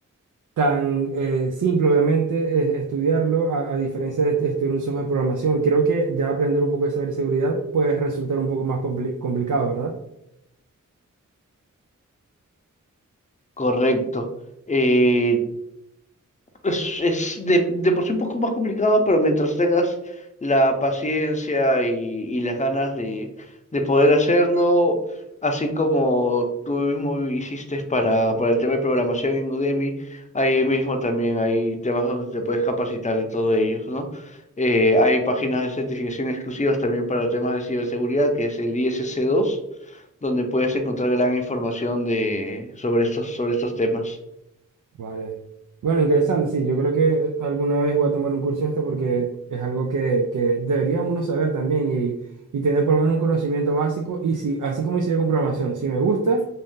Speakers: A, on the right; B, on the left.
A: tan eh, simple, obviamente, eh, estudiarlo, a, a diferencia de est- estudiar un software de programación, creo que ya aprender un poco de ciberseguridad puede resultar un poco más compli- complicado, ¿verdad?
B: Correcto. Eh, Es, es de, de por sí un poco más complicado, pero mientras tengas la paciencia y, y las ganas de, de poder hacerlo, así como tú mismo hiciste para, para el tema de programación en Udemy, ahí mismo también hay temas donde te puedes capacitar de todos ellos, ¿no? Eh, hay páginas de certificación exclusivas también para temas de ciberseguridad, que es el ISC2, donde puedes encontrar gran información de, sobre estos, sobre estos temas.
A: Vale. Bueno, interesante, sí. Yo creo que alguna vez voy a tomar un curso de esto porque es algo que, que debería uno saber también y, y tener por lo menos un conocimiento básico. Y si, así como hice yo con programación, si me gusta,